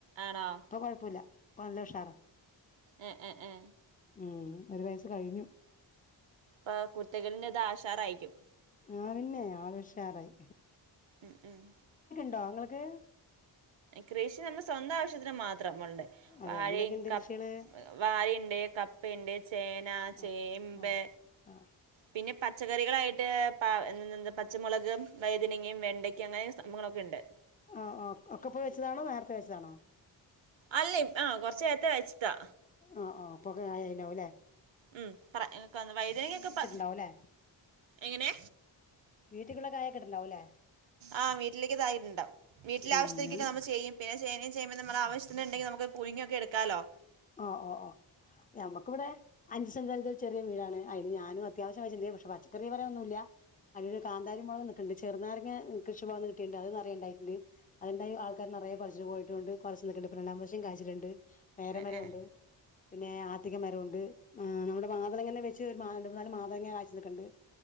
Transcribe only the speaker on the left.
<unintelligible> ഇപ്പൊ കൊഴപ്പല്ല നല്ല ഉഷാറ
ഉം ഒരു വയസ് കഴിഞ്ഞു
ആ പിന്നെ ആൾ ഉഷാറായി
ട്ടോ ഇങ്ങള്ക്ക്
അതെ
എന്തൊക്കെയുണ്ട്
കൃഷികള്
ആ
ആ ആ
ആ ആ ഒക്കെപ്പൊ വെച്ചതാണോ നേരത്തെ വെച്ചതാണോ
ആ ആ ഇപ്പൊ കായായിണ്ടാവുംല്ലേ
ണ്ടാവൂലെ
വീട്ടിക്കുള്ള കായ കിട്ടുണ്ടാവുല്ലെ
ഉം
ഉം
ഒ ഒ ഓ നമുക്കിവിടെ അഞ്ച് സെന്റിലൊരു ചെറിയ വീടാണ് അതിന് ഞാനും അത്യാവശ്യം വച്ചിട്ടുണ്ട് പക്ഷെ പച്ചക്കറി ന്ന് പറയാൻ ഒന്നുല്ല അതില് കാന്താരി മൊളക്ന്ന് ചെറുനാരങ്ങ കൃഷിഭവന്ന് കിട്ടിട്ടുണ്ട് അത് നിറയെ ഇണ്ടായിട്ടുണ്ട് അത് ണ്ടായ ആൾക്കാര് നിറയെ പറിച്ചു പോയിട്ടൊണ്ട് കൊറ ശ് ചെയ്തിട്ടുണ്ട് പ്പം രണ്ടാം കൊല്ലം കായ്ച്ചിട്ടുണ്ട് <unintelligible> പേരമരമുണ്ട്
പിന്നെ ആത്തിക്ക മരവൊണ്ട് നമ്മുടെ മാതളങ്ങനെ വെച്ച് റ്റ് മാണ്ടവ് കാലം മാതളങ്ങ കായ്ച്ച് നിക്കണ്ട്